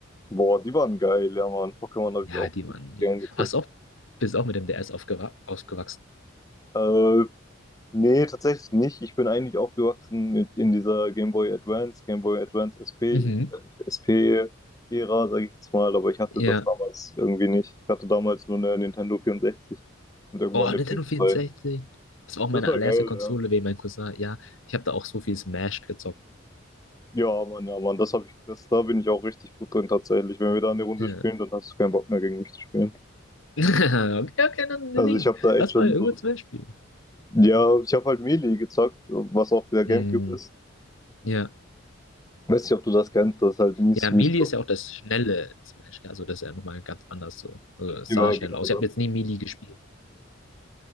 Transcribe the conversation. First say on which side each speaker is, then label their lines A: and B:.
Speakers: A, on the left (about 15°); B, on the left (about 75°).
A: Boah, die waren geil, ja Mann. Pokémon habe
B: Ja,
A: ich auch
B: die waren.
A: richtig
B: Ja.
A: gern gezeigt.
B: Hast auch, bist auch mit dem DS aufgewa ausgewachsen.
A: Äh, nee, tatsächlich nicht. Ich bin eigentlich aufgewachsen mit in dieser Game Boy Advance, Game Boy Advance SP,
B: Mhm.
A: SP-Ära, sage ich jetzt mal, aber ich hatte
B: Ja.
A: das damals irgendwie nicht. Ich hatte damals nur eine Nintendo 64 und irgendwann
B: Oh, Nintendo
A: eine PS2.
B: 64. Das war auch meine
A: Das war
B: allererste
A: geil,
B: Konsole
A: ja.
B: wegen meinem Cousin. Ja, ich habe da auch so viel Smash gezockt.
A: Ja, Mann, ja, Mann, das habe ich, das, da bin ich auch richtig gut drin tatsächlich. Wenn wir da eine Runde
B: Ja.
A: spielen, dann hast du keinen Bock mehr gegen mich zu spielen.
B: <laughs> Okay, okay, dann sing.
A: Also ich habe da echt
B: Lass
A: schon
B: mal irgendwann
A: so
B: Smash spielen.
A: Ja, ich habe halt Melee gezockt, was auch der Gamecube
B: Mm,
A: ist.
B: ja.
A: Weiß nicht, ob du das kennst, das ist halt mies,
B: Ja,
A: mies.
B: Melee ist ja auch das schnelle Smash, gell? also das ist ja nochmal ganz anders so. Also, es
A: Ja,
B: sah schnell
A: genau
B: aus. Ich
A: das.
B: habe jetzt nie Melee gespielt.